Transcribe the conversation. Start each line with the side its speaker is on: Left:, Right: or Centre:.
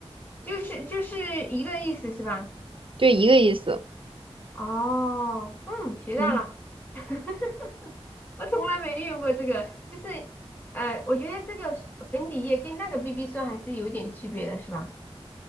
Left: 就是就是一个意思是吧？
Right: 就一个意思。
Left: 哦，嗯，学到了，
Right: 嗯
Left: <laughs> 我从来没用过这个，就是呃，我觉得这个是粉底液跟那个 BB 霜还是有点区别的，是吧？